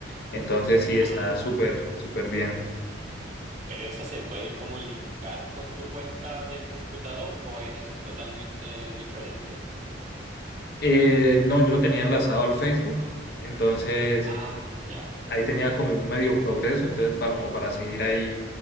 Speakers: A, on the left; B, on the right.
A: Entonces sí, está
B: Ah,
A: súper, súper bien.
B: ¿Pero esa se puede como linkar con tu cuenta del computador o es totalmente diferente?
A: Eh, no, yo lo tenía enlazado al Facebook, entonces
B: Ah, ya.
A: ahí tenía como un medio progreso, entonces para, como para seguir ahí